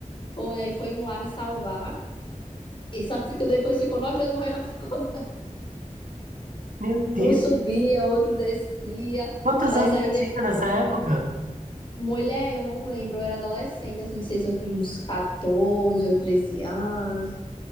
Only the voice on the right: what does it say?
meu Deus.
Quantos
anos
você
tinha nessa época?